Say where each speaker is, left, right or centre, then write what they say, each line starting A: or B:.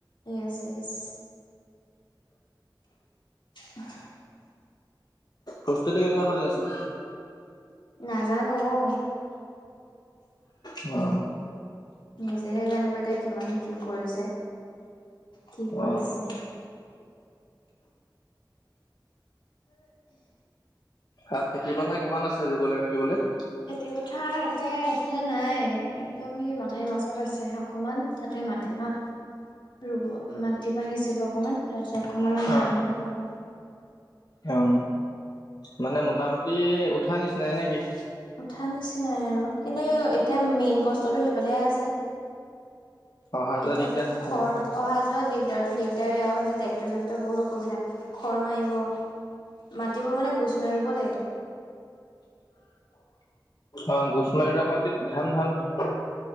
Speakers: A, on the left; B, on the left.
A: য়েছ য়েছ। <inaudible>
B: প্ৰস্তুতি কেনেকুৱা চলি আছে?
A: নাজানো অ,
B: অ
A: নিজেহে জানিব এতিয়া কিমান কি কৰিছে, কি
B: অ
A: পঢ়িছে।
B: অ খেতি পথাৰ কিমান আছে ৰুবলৈ মেলিবলে?
A: খেতি পথাৰ এতিয়া এইফালে নাই একদম ই মথাউৰি মাজত আছে। অকমান তাতে মাটিমাহ ৰুব, মাটিমাহ সিঁচিব অকমান। তাৰপিছত অকমান ধান
B: অ
A: ৰুব।
B: অ মানে মোটামুটি উঠাৰ নিচিনাই নেকি?
A: উঠা নিচিনাই আৰু কিন্তু এতিয়া মেইন কষ্টটো সেইফালে হে আছে।
B: অহা যোৱা
A: এতিয়া
B: দিগদাৰ হয় চাগে।
A: খৰ, অহা যোৱা দিগদাৰতো দিগদাৰে আৰু সেই ফালে ট্ৰেক্টৰ চেকটৰ বহুত অসুবিধা, খৰ মাৰিব। মাটিবোৰ মানে গোছ মাৰি ৰুব লাগে।
B: অ গোছ মাৰি ৰুৱা মাটিত ধান ভাল হয়।